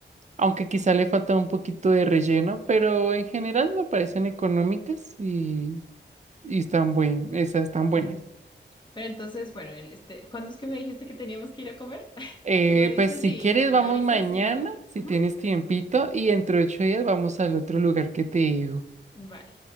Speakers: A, on the right (about 40°); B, on the left (about 25°).
A: aunque quizá le falta un poquito de relleno, pero en general me parecen económicas y, y están buen, esas están buenas.
B: sí. Pero entonces, bueno, el- este, ¿cuándo es que me dijiste que teníamos que ir a comer? <laughs>
A: Eh,
B: Tú me dices
A: pues si
B: y
A: quieres,
B: me
A: vamos
B: avisas
A: mañana,
B: y...
A: si
B: Ujú,
A: tienes tiempito, y entre ocho
B: sí,
A: días vamos al otro lugar que te digo.
B: vale.